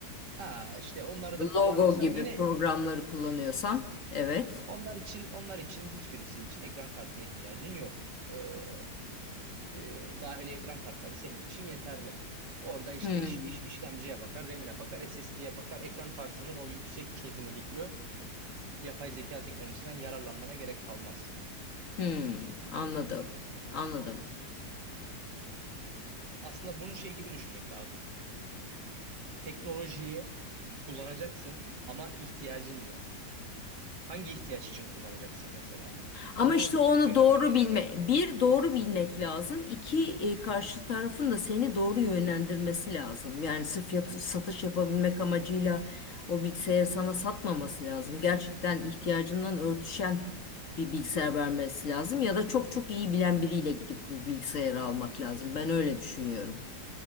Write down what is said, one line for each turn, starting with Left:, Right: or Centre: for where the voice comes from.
Right: ha, işte onları
Left: Logo
Right: da kullanırsan
Left: gibi
Right: yine
Left: programları kullanıyorsan evet.
Right: onlar için onlar için hiçbirisi için ekran kartına ihtiyacın yok. Ee, E, dahili ekran kartları senin için yeterli. Orada işte
Left: Hmm,
Right: iş, iş- işlemciye bakar, RAM'ine bakar, SSD'ye bakar. Ekran kartının o yüksek çözünürlüklü yapay zeka teknolojisinden yararlanmana gerek kalmaz.
Left: hmm, anladım. Anladım.
Right: Aslında bunu şey gibi düşünmek lazım. Teknolojiyi kullanacaksın ama ihtiyacın ne? Hangi ihtiyaç için kullanacaksın mesela?
Left: Ama
Right: Onu
Left: işte onu
Right: söylemen
Left: doğru
Right: gerekiyor.
Left: bilme. Bir doğru bilmek lazım. İki e, karşı tarafın da seni doğru yönlendirmesi lazım. Yani sırf yat- satış yapabilmek amacıyla o bilgisayarı sana satmaması lazım. Gerçekten ihtiyacından örtüşen bir bilgisayar vermesi lazım ya da çok çok iyi bilen biriyle gidip bu bilgisayarı almak lazım. Ben öyle düşünüyorum.